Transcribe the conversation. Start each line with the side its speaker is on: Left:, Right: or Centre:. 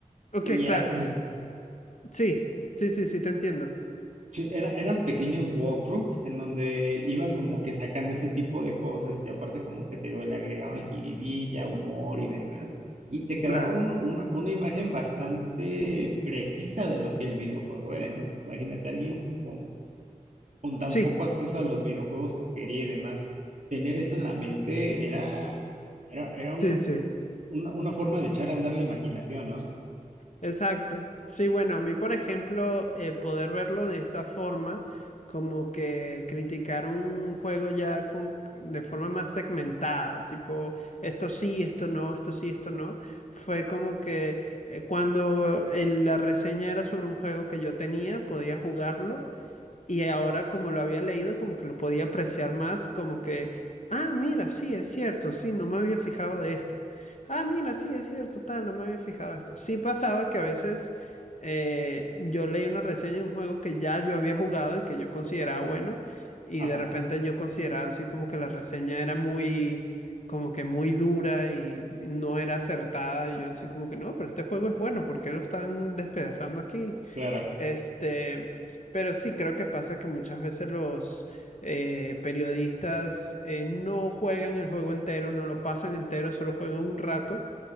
Left: Ok,
Right: Y
Left: claro.
Right: era como
Left: Sí, sí, sí, sí, te entiendo.
Right: Sí, era- eran pequeños walkthroughs en donde iban como que sacando ese tipo de cosas y aparte como que te digo, le agregaban jiribilla, humor y demás. Y te quedaba
Left: Claro.
Right: un- una, una imagen bastante precisa de lo que el videojuego era. Entonces imagínate alguien con, con tan
Left: Sí,
Right: poco acceso a los videojuegos que quería y demás, tener eso en la mente era, era, era un,
Left: sí, sí.
Right: una, una forma de echar a andar la imaginación, ¿no?
Left: Exacto. Sí, bueno, a mí, por ejemplo, eh, poder verlo de esa forma, como que criticar un juego ya con, de forma más segmentada, tipo, esto sí, esto no, esto sí, esto no, fue como que eh, cuando el- la reseña era sobre un juego que yo tenía, podía jugarlo Y ahora como lo había leído, como que lo podía apreciar más, como que, ah, mira, sí, es cierto, sí, no me había fijado de esto. Ah, mira, sí, es cierto, tal, no me había fijado de esto. Sí pasaba que a veces eh, yo leí una reseña de un juego que ya yo había jugado y que yo consideraba bueno, y
Right: Ajá,
Left: de repente yo consideraba así como que la reseña era muy, como que muy dura y no era acertada, y yo así como que, no, pero este juego es bueno, ¿por qué lo están despedazando aquí?
Right: claro,
Left: Este, pero sí creo que pasa que muchas veces los eh, periodistas eh, no juegan el juego entero, no lo pasan entero, solo juegan un rato